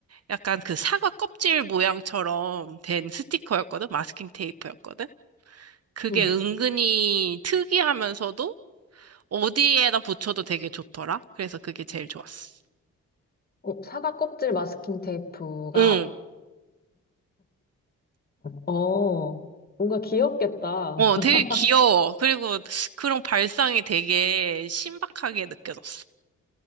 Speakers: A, on the right; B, on the left.
A: 약간 그 사과 껍질 모양처럼 된 스티커였거든? 마스킹 테이프였거든? 그게
B: 응.
A: 은근히 특이하면서도 어디에다 붙여도 되게 좋더라. 그래서 그게 제일 좋았어.
B: 어, 사과 껍질 마스킹 테이프가
A: 응.
B: 어, 뭔가 귀엽겠다.
A: 어,
B: <laughs>
A: 되게 귀여워. 그리고 그런 발상이 되게 신박하게 느껴졌어.